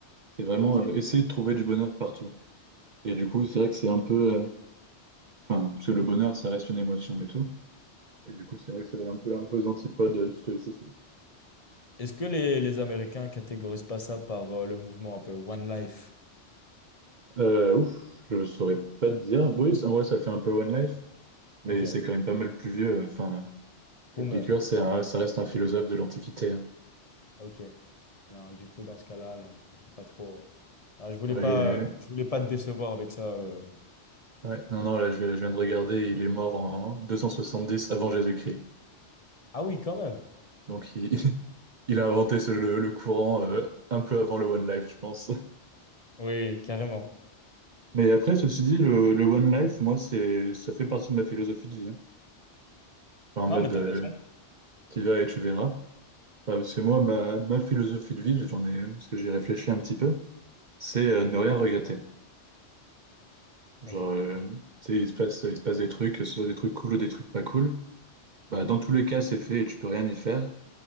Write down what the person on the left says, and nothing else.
ok.
Est-ce que les, les Américains catégorisent pas ça par euh, le mouvement un peu One Life?
Ok,
boomer.
Ok. Non, du coup, dans ce cas-là, non, faut pas trop. euh, Ah, je voulais
pas,
euh, je voulais pas te décevoir avec ça. euh.
Ah oui, quand même.
Oui, carrément.
Non,
mais t'as
raison.
Ok,